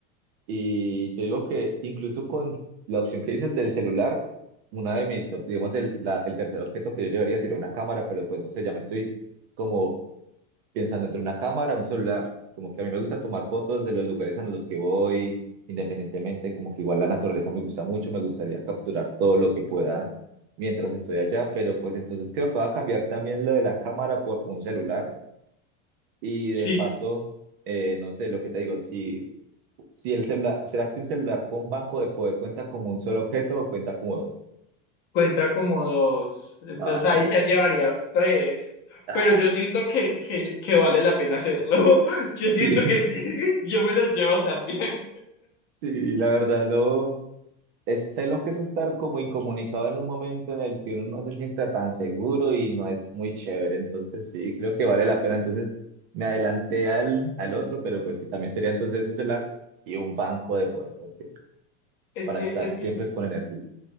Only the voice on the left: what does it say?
Sí,
cuenta como dos, entonces
ahí ya llevarías tres,
pero yo siento que, que, que vale la pena hacerlo. <laughs> Yo siento
que sí, yo me los llevo también.
Es
que,
es que,